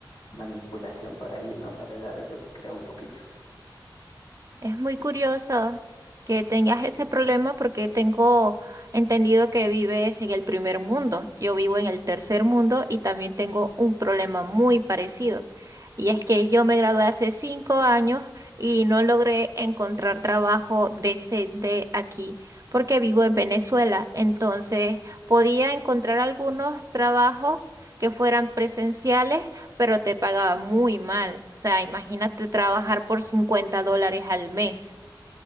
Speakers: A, on the left; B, on the right.
A: manipulación por ahí, ¿no? La verdad, eso creo un poquito.
B: Es muy curioso que tengas ese problema porque tengo entendido que vives en el primer mundo. Yo vivo en el tercer mundo y también tengo un problema muy parecido. Y es que yo me gradué hace cinco años y no logré encontrar trabajo decente aquí porque vivo en Venezuela. Entonces podía encontrar algunos trabajos que fueran presenciales pero te pagaba muy mal. O sea, imagínate trabajar por 50 dólares al mes.